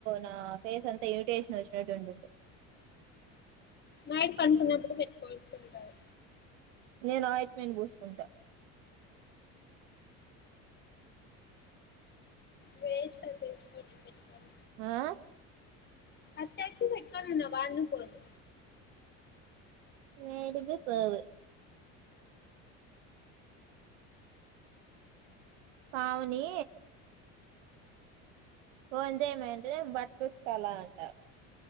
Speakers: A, on the right; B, on the left.
A: నా ఫేస్ అంతా ఇరిటేషన్ వచ్చినట్టు ఉంటుంది.
B: నైట్ పండ్ కున్నాప్పుడు పేట్ కోటుంటారు
A: నేను ఆయిట్మెట్ పూసుకుంటా.
B: వేస్ట్ అవి పెట్టుకోడం
A: ఆహ్
B: అత్ తెచ్చి పెట్టుకోవాలాన్న వన్ స్పూన్
A: ఏడుది పోవు పావని ఫోన్ జెయమంటే నేన్ బట్టలుతుకాలా అంటా.